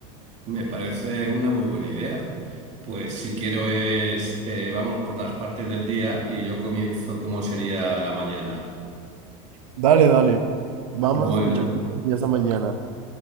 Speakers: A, on the right; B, on the right.
A: Me parece una muy buena idea. Pues si quiero es, eh, vamos por las partes del día y yo comienzo como sería la mañana.
B: Dale, dale, vamos
A: Bueno,
B: a escuchar esa mañana.